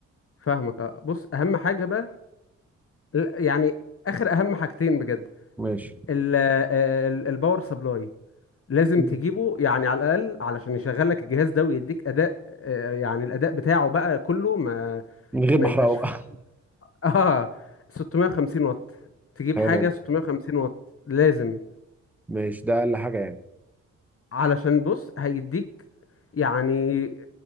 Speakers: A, on the left; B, in the centre.
A: فاهمك آه، بص اهم حاجة بقى لا، يعني اخر اهم حاجتين بجد
B: ماشي
A: ال- آه، ال- الباور سبلاي لازم
B: مم.
A: تجيبه يعني على الاقل علشان يشغل لك الجهاز ده ويديك اداء آه، يعني الاداء بتاعه بقى كله ما
B: من غير
A: ما
B: ما
A: يبقاش
B: احرقه بقى
A: فيه <laughs> اه 650 واط تجيب
B: <laughs> حلو
A: حاجه
B: أوي.
A: 650 واط لازم
B: ماشي ده اقل حاجه يعني
A: علشان بص هيديك يعني